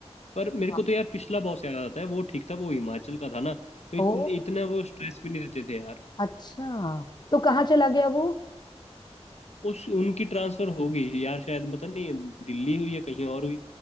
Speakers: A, on the left; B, on the left.
A: पर मेरे
B: हाँ।
A: को तो यार पिछला बॉस याद आता है वो ठीक था वो हिमाचल का था ना तो
B: ओ
A: इतने इतना वो स्ट्रेस भी नहीं देते थे
B: अच्छा तो कहाँ चला गया वो
A: उस उनकी ट्रांसफर हो गई यार शायद पता नहीं दिल्ली हुई या कहीं और हुई